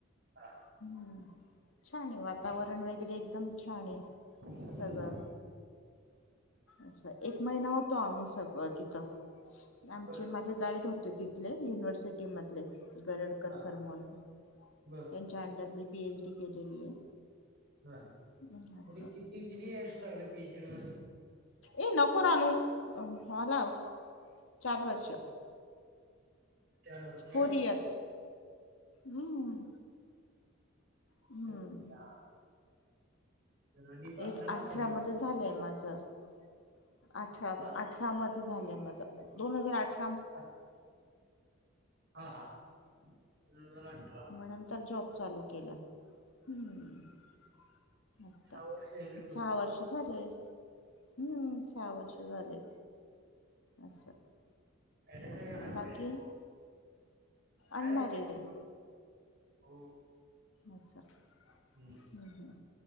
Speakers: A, on the right; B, on the left.
A: हा
B: हम्म छान आहे वातावरण वगैरे एकदम छान आहे
A: हम्म.
B: सगळं अस एक महिना होत. होतो आम्ही सगळं तिथ आमचे
A: बर
B: माझे गाईड होते तिथले युनिव्हर्सिटी मधले गरडकर
A: हा
B: सर म्हणून त्यांच्या
A: बर
B: अंंडर मी पीएच डी केलेली आहे.
A: हा
B: हम्म, असं
A: त किती किती इयर्स लागले पीएचडी व्हायला.
B: ए नको ना आणु अ मालाफ चार वर्ष
A: चार वर्ष
B: फोर इयर्स हम्म हम्म
A: क हा <unintelligible> जरा डीप असणार
B: एक
A: ना
B: अठरा
A: सगळं
B: मधे झालंय माझ अठरा
A: हा
B: अठरा झालंय माझ, दोन हजार आठ
A: अच हा हा दोन हजार अठरा
B: मग नंतर जॉब चालू केल ह आता
A: सहा वर्ष झाली टोटल
B: सहा वर्ष झाले हम्म सहा वर्ष झाले अस
A: मॅरिड आहे का अनमॅरिड
B: बाकी
A: काय
B: अन
A: नाही
B: मॅरिड
A: बाकी.
B: ये
A: हो
B: अच्छा ह
A: हम्म.
B: ह